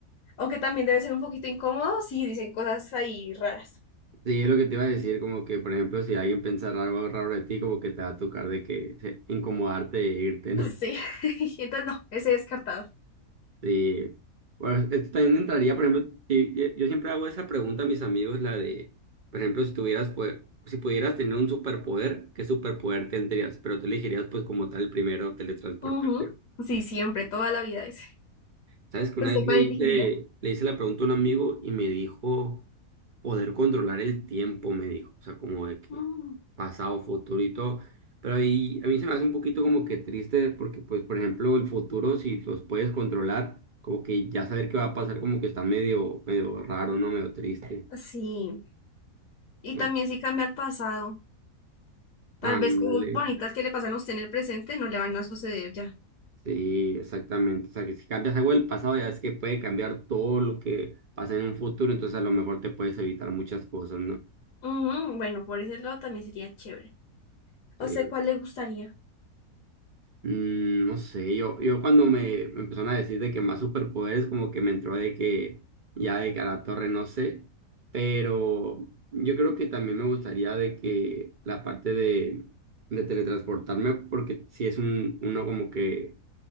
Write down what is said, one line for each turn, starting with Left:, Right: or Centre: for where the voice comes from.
Left: Aunque también debe ser un poquito incómodo si dicen cosas ahí raras.
Right: Sí, es lo que te iba a decir, como que, por ejemplo, si alguien pensara algo raro de ti, como que te va a tocar de que se- incomodarte e irte, ¿no?
Left: Sí, <laughs> entonces no, ese descartado.
Right: Sí. Bueno, esto también entraría, por ejemplo, y- y- yo siempre hago esa pregunta a mis amigos, la de, por ejemplo, si tuvieras, pues, si pudieras tener un superpoder, ¿qué superpoder tendrías? Pero tú elegirías, pues, como tal, primero teletransportarte.
Left: Ujú. Sí, siempre, toda la vida ese.
Right: Sabes que una
Left: ¿Usted
Right: vez
Left: cuál
Right: le hice,
Left: elegiría?
Right: le hice la pregunta a un amigo y me dijo poder controlar el tiempo, me dijo, o sea, como de que
Left: Mm.
Right: pasado, futuro y todo. Pero ahí a mí se me hace un poquito como que triste porque, pues, por ejemplo, el futuro, si los puedes controlar, como que ya saber qué va a pasar, como que está medio, medio raro, ¿no? Medio triste.
Left: Sí, y
Right: ¿no?
Left: también si cambia al pasado. Tal
Right: Ándale,
Left: vez cosas bonitas que le pasan a usted en el presente no le van a suceder ya.
Right: sí, exactamente. O sea, que si cambias algo del pasado, ya es que puede cambiar todo lo que pasa en un futuro, entonces a lo mejor te puedes evitar muchas cosas, ¿no?
Left: Ujú, Bueno, por ese lado también sería chévere. O
Right: Sí.
Left: sea, ¿cuál le gustaría?
Right: Mm, no sé, yo, yo cuando me me empezaron a decir de que más superpoderes, como que me entró de que ya de que a la torre no sé, pero yo creo que también me gustaría de que la parte de, de teletransportarme, porque si es un, uno como que